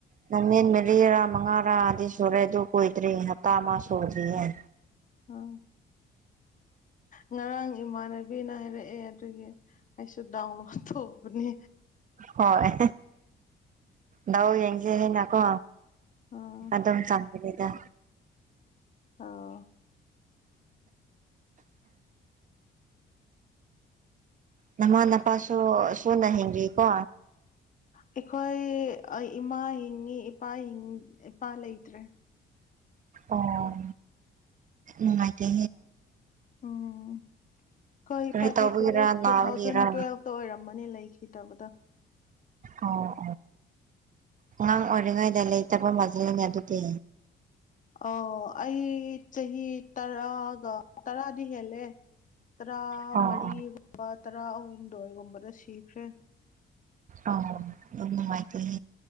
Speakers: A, on the right (about 40°); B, on the left (about 40°).
A: ꯅꯪꯟ ꯃꯦꯂꯤꯔꯥ ꯃꯉꯥꯔꯥ ꯑꯗꯨꯗꯤ ꯁꯨꯔꯦ ꯑꯗꯨ ꯀꯣꯏꯗ꯭ꯔꯤ ꯍꯇꯥ ꯑꯃ ꯁꯨꯗ꯭ꯔꯤꯌꯦꯦ
B: ꯎꯝ ꯉꯔꯥꯡ ꯏꯃꯥꯟꯅꯕꯤꯅ ꯍꯥꯏꯔꯛꯑꯦ ꯑꯗꯨꯒꯤ ꯑꯩꯁꯨꯗ ꯇꯅꯤ
A: ꯍꯣꯏ ꯂꯎ ꯌꯦꯡꯁꯦ ꯍꯥꯏꯅꯀꯣ
B: ꯑꯥ
A: ꯑꯗꯝ ꯆꯥꯟꯕꯤꯔꯗ
B: ꯑꯥ
A: ꯅꯃꯥꯟ ꯅꯄꯥꯁꯨꯣ ꯁꯨꯅ ꯍꯤꯡꯔꯤꯀꯣ
B: ꯑꯩꯈꯣꯏ ꯏꯃꯥ ꯍꯤꯡꯉꯤ ꯏꯄꯥ ꯏꯄꯥ ꯂꯩꯇ꯭ꯔꯦ
A: ꯑꯣ ꯎꯉꯥꯏꯇ
B: ꯎꯝ ꯑꯩꯣꯏ ꯏ
A: ꯀꯔꯤ
B: ꯄꯥꯗꯦ
A: ꯇꯧꯕꯒꯤꯔꯥ
B: ꯀꯨꯏꯔꯦ
A: ꯅꯥꯕꯒꯤꯔꯥ
B: ꯇꯨ ꯊꯥꯎꯖꯟ ꯇꯨꯋꯦꯜꯐꯇ ꯑꯣꯏꯔꯝꯃꯅꯤ ꯂꯩꯈꯤꯗꯦ ꯇꯕꯗ
A: ꯑꯣ ꯑꯣ ꯑꯉꯥꯡ ꯑꯣꯏꯔꯤꯉꯩꯗ ꯂꯩꯇꯕ ꯃꯖꯤꯜꯅꯦ ꯑꯗꯨꯗꯤ
B: ꯑ ꯑꯩ ꯆꯍꯤ ꯇꯔꯥꯒ ꯇꯔꯥꯗꯤ ꯍꯦꯜꯂꯦ ꯇꯔꯥ
A: ꯑꯣ
B: ꯃꯔꯤꯒꯨꯝꯕ
A: ꯑꯣ
B: ꯇꯔꯥ ꯑꯍꯨꯝꯗꯣꯏꯒꯨꯝꯕꯗ ꯁꯤꯈ꯭ꯔꯦ
A: ꯑ ꯑꯗꯨꯅꯨꯡꯉꯥꯏꯇ